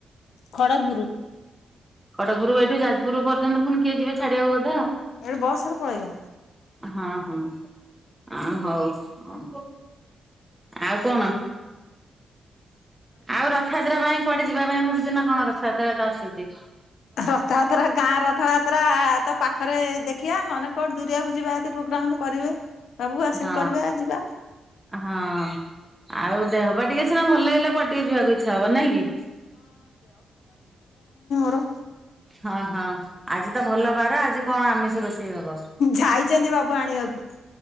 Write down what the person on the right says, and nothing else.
ଖଡ଼ଗପୁରୁ ଏଇଠୁ ଯାଜପୁର ପର୍ଯ୍ୟନ୍ତ ପୁଣି କେହି ଯିବେ ଛାଡ଼ିବାକୁ ବ
ହଁ ହଁ ଆ ହଉ ହଉ। ଆଉ କଣ ଆଉ ରଥଯାତ୍ରା ପାଇଁ କୁଆଡ଼େ ଯିବା ପାଇଁ ଭାବିଛ ନା କଣ ରଥଯାତ୍ରା ତ ଆସୁଚି?
ହଁ
ହଁ ଆଉ ଦେହପା ଟିକେ ସିନା ଭଲ ଲାଗିଲେ କୁଆଡ଼େ ଟିକେ ଯିବାକୁ ଇଚ୍ଛା ହବ ନାଇଁ କି?
ହଁ ହଁ ଆଜି ତ ଭଲ ବାର ଆଜି କଣ ଆମିଷ ରୋଷେଇ ହବ?